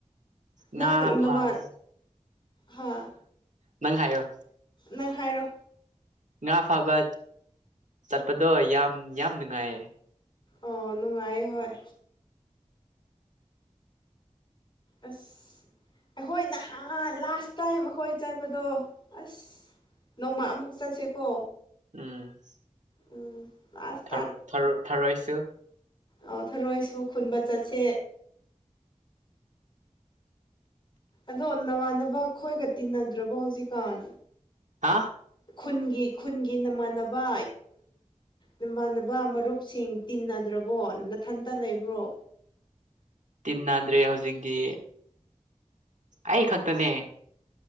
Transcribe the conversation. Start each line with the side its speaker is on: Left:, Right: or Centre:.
Left: ꯅꯪ
Right: ꯉꯥ
Left: ꯅꯃꯥ
Right: ꯐꯥꯕ
Left: ꯍꯥ
Right: ꯅꯪ ꯍꯥꯏꯌꯣ
Left: ꯅꯪ ꯍꯥꯏꯔꯣ
Right: ꯉꯥ ꯐꯥꯕ ꯆꯠꯄꯗꯣ ꯌꯥꯝ ꯌꯥꯝ ꯅꯨꯡꯉꯥꯏꯌꯦ
Left: ꯑꯣ ꯅꯨꯡꯉꯥꯏ ꯍꯣꯏ ꯑꯁ ꯑꯩꯈꯣꯏ ꯅꯍꯥꯟ ꯂꯥꯁ ꯇꯥꯏꯝ ꯑꯩꯈꯣꯏ ꯆꯠꯄꯗꯣ ꯑꯁ ꯅꯣꯡꯃ ꯑꯃꯨꯛ ꯆꯠꯁꯤꯦꯀꯣ
Right: ꯎꯝ
Left: ꯎꯝ ꯂꯥꯁ
Right: ꯊ ꯊꯔ ꯊꯔꯣꯏꯁꯤ
Left: ꯑꯣ ꯊꯔꯣꯏꯁꯨ ꯈꯨꯟꯕ ꯆꯠꯁꯦ ꯑꯗꯣ ꯅꯃꯥꯟꯅꯕ ꯈꯈꯣꯏꯒ ꯇꯤꯟꯅꯗ꯭ꯔꯕꯣ ꯍꯧꯖꯤꯛꯀꯥꯟ
Right: ꯍꯥ
Left: ꯈꯨꯟꯒꯤ ꯈꯨꯟꯒꯤ ꯅꯃꯥꯟꯅꯕ ꯅꯃꯥꯟꯅꯕ ꯃꯔꯨꯞꯁꯤꯡ ꯇꯤꯟꯅꯗ꯭ꯔꯕꯣ ꯅꯊꯟꯇ ꯂꯩꯕ꯭ꯔꯣ
Right: ꯇꯤꯟꯅꯗ꯭ꯔꯦ ꯍꯧꯖꯤꯛꯇꯤ ꯑꯩ ꯈꯛꯇꯅꯦ